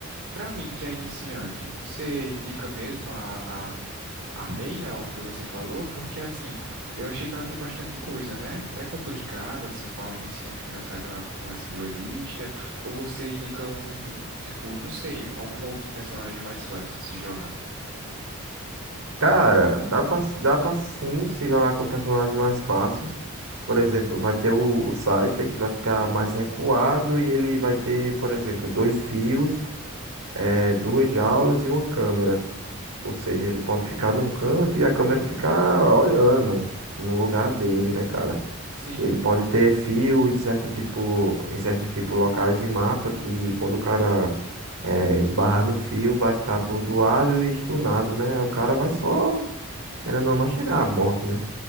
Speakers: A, on the right (about 65°); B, on the right (about 85°).
A: pra mim que é iniciante, você indica mesmo a, a, a Reina, o que você falou? Porque, assim, eu achei que ela tem bastante coisa, né? É complicado, assim, pra um iniciante começar a jogar com essa duelista, ou você indica um, tipo, não sei, algum outro personagem mais fácil de se jogar?
B: Cara, dá pra, dá pra sim se jogar com personagens mais fáceis. Por exemplo, vai ter o, o Cypher que vai ficar mais recuado e ele vai ter, por exemplo, dois fios, eh, duas jaulas e uma câmera. Ou seja, ele pode ficar num canto e a câmera ficar olhando no lugar dele, né, cara?
A: Sim.
B: Ele pode ter fio em certo tipo, em certo tipo locais de mapa que quando o cara eh, esbarrar no fio vai ficar atordoado e stunado, né? O cara vai só. Querendo ou não chegar à morte, né?